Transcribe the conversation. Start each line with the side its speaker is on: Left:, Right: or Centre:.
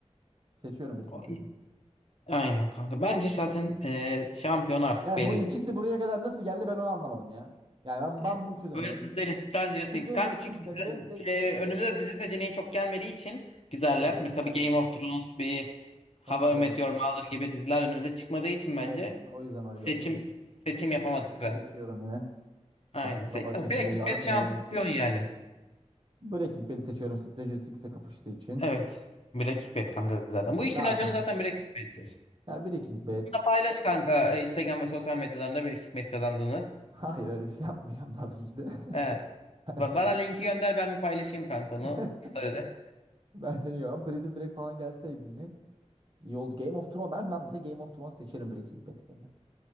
Right: Seçiyorum Breaking
Left: O-
Right: Bad'i.
Left: Aynen kanka. Bence zaten e, şampiyon artık
Right: Yani
Left: belli.
Right: bu ikisi buraya kadar nasıl geldi ben onu anlamadım ya. Yani ben,
Left: Evet.
Right: ben bunu çözemiyorum.
Left: Wednesday
Right: Yani
Left: Stranger Things.
Right: Stranger
Left: Kanka
Right: Things'le
Left: çünkü dizi,
Right: Wednesday buraya
Left: e,
Right: kadar.
Left: önümüze dizi seçeneği çok gelmediği için güzeller.
Right: Evet,
Left: Mesela
Right: evet.
Left: bir Game of Thrones, bir How
Right: Tabii canım.
Left: I Met Your Mother gibi diziler önümüze çıkmadığı için bence
Right: Evet, çıkma o yüzden öyle
Left: seçim
Right: oldu.
Left: seçim
Right: Stranger
Left: yapamadık
Right: Things'i
Left: galiba.
Right: seçiyorum yine. Saçma
Left: Aynen. Seçsen.
Right: sapan şekilde
Left: Bir hikmet
Right: yarı finale
Left: şampiyon yani.
Right: Breaking Bad'i seçiyorum Stranger Things'le kapıştığı için.
Left: Evet. Breaking Bad kanka zaten. Bu işin
Right: Zaten
Left: raconu zaten Breaking Bad'tir.
Right: ya Breaking Bad
Left: Bunu da Paylaş kanka e, Instagram ve sosyal medyalarında Breaking Bad kazandığını.
Right: <laughs> hayır öyle bir şey yapmayacağım tabii ki de. <laughs>
Left: He.
Right: Ben
Left: Va-
Right: seni
Left: Bana linki gönder ben bir paylaşayım kanka onu.
Right: <laughs>
Left: Story'de.
Right: ben seni yiyorum. Prison Break falan gelseydi yine iyi oldu. Game of Thrones ben, ben mesela Game of Thrones seçerim Breaking Bad yerine.